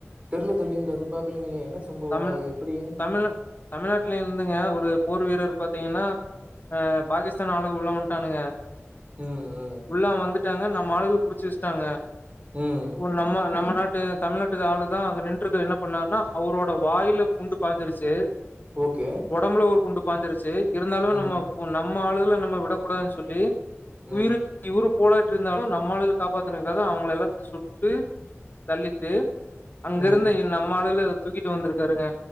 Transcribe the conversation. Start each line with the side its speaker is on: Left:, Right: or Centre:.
Right: தெர்ல தோழி அது பாக்கலீங்களே என்ன சம்பவம்
Left: தமிழ்
Right: அது எப்டி
Left: தமிழ் தமிழ்நாட்டுல இருந்துங்க ஒரு போர் வீரர் பாதீங்கனா அஹ பாகிஸ்தான் ஆளுங்க உள்ள வன்டானுங்க
Right: ம் ம்
Left: உள்ளாம் வந்துட் விட்டாங்க நம்மாலுங்கள புடிச்சு வச்ட்டாங்க
Right: ம்
Left: ஒரு நம்ம நம்ம நாட்டு தமிழ்நாட்டு ஆளுதா அங்க நின்றுக்க என்ன பண்ணாருன்னா அவரோட வாயில குண்டு பாஞ்சிருசு
Right: ஓகே
Left: ஒடம்புல ஒர் குண்டு பாஞ்சிருச் இருந்தாலு
Right: ம்
Left: நம்ம நம்ம ம்ம ஆளுகள நம்ம விடக்கூடாதுன் சொல்லி உயிருக்
Right: ம்
Left: இவுரு போலாய்ட்ருந்தாலு நம்மாளுக காப்பாத்துறதுக்காக அவுங்கள எல்லாத்த சுட்டு தள்ளிட்டு அங்கருந்த
Right: ம்
Left: ‌இ‌ன் நம்மாளுகல தூக்கிட்டு வந்துருக்காருங்க